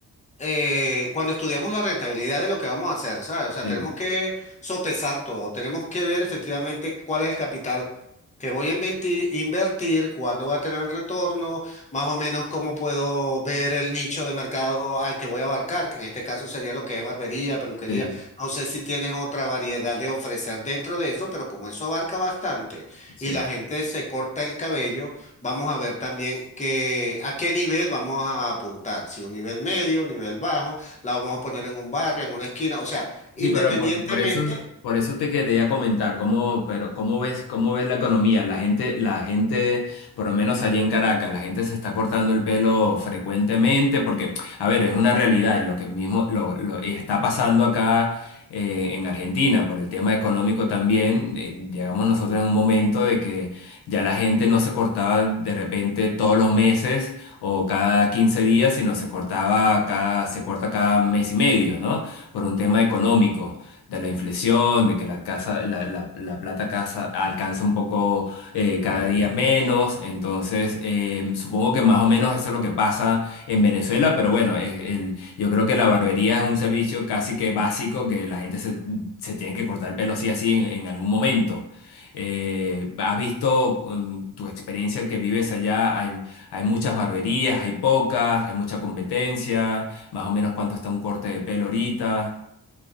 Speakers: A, on the left; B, on the left.
A: eh, cuando estudiamos la rentabilidad de lo que vamos a hacer, ¿sabes? O sea,
B: Sí,
A: tenemos que sopesar todo, tenemos que ver efectivamente cuál es el capital que voy a inventi- invertir, cuándo va a tener el retorno, más o menos cómo puedo ver el nicho de mercado al que voy a abarcar, que en este caso sería lo que es barbería, peluquería.
B: sí,
A: No sé si tienes otra variedad de ofrecer dentro de eso, pero como eso abarca bastante
B: sí.
A: y la gente se corta el cabello, vamos a ver también que, a qué nivel vamos a apuntar, si un nivel medio, un nivel bajo, la vamos a poner en un barrio, en una esquina, o sea, Sí.
B: Sí,
A: independientemente
B: pero por, por eso, por eso te quería comentar, cómo, pero cómo ves, cómo ves la economía, la gente, la gente, por lo menos allí en Caracas, la gente se está cortando el pelo frecuentemente, porque, a ver, es una realidad, y lo que mismo lo, lo está pasando acá eh, en Argentina, por el tema económico también, eh, llegamos nosotros en un momento de que ya la gente no se cortaba de repente todos los meses o cada 15 días, sino se cortaba cada, se corta cada mes y medio, ¿no? por un tema económico, de la inflexión, de que la casa, la, la- la plata casa alcanza un poco eh, cada día menos. Entonces, eh, supongo que más o menos eso es lo que pasa en Venezuela, pero bueno, es el- yo creo que la barbería es un servicio casi que básico que la gente se, se tiene que cortar el pelo sí así en, en algún momento. Eh, ¿has visto mm, tu experiencia que vives allá? ¿Hay, hay muchas barberías, hay pocas, hay mucha competencia? Más o menos cuánto está un corte de pelo ahorita.